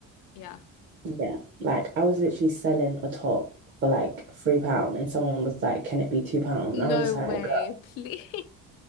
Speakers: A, on the left; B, on the right.
A: Yeah.
B: Yeah. Like I was literally selling a top for like three pound and someone was like, Can it be two pound?
A: No
B: And I was just like,
A: way,
B: girl,
A: please. <laughs>